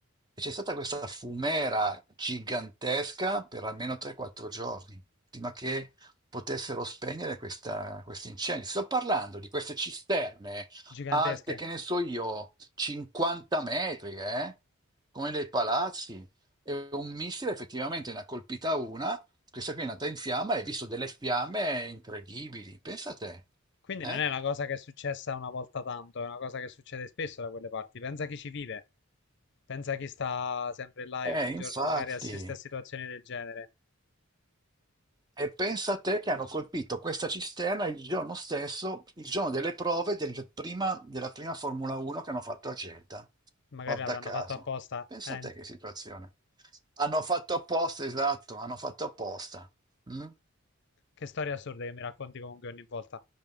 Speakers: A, on the right; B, on the left.
A: E c'è stata questa fumera gigantesca per almeno 3-4 giorni, prima che potessero spegnere questa- questi incendi. Sto parlando di queste cisterne
B: gigantesche.
A: alte, che ne so io, 50 metri, eh? come dei palazzi. E un missile effettivamente ne ha colpita una, questa qui è nata in fiamma e hai visto delle fiamme incredibili. Pensa a te.
B: Quindi
A: Eh,
B: non è una cosa che è successa una volta tanto, è una cosa che succede spesso da quelle parti. Pensa a chi ci vive, pensa a chi sta sempre là
A: Eh,
B: e ogni
A: infatti.
B: giorno magari assiste a situazioni del genere.
A: E pensa a te che hanno colpito questa cisterna il giorno stesso, il giorno delle prove del prima- della prima Formula 1 che hanno fatto a Jeddah.
B: Magari
A: Guarda
B: l'avranno
A: caso.
B: fatto apposta,
A: Pensa
B: eh,
A: a te che situazione. Hanno fatto apposta, esatto, hanno fatto apposta. Mm?
B: Che storie assurde che mi racconti comunque ogni volta.